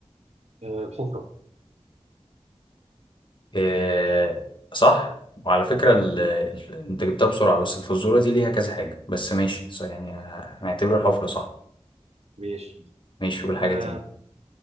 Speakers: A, on the right (about 75°); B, on the left (about 50°).
A: آه، حفره
B: إيه صح وعلى فكرة ال... ال- انت جبتها بسرعة بس الفزورة دي ليها كذا حاجة بس ماشي صح يعني هنعتبره الحفرة صح
A: ماشي
B: ماشي قول حاجة
A: آه،
B: تاني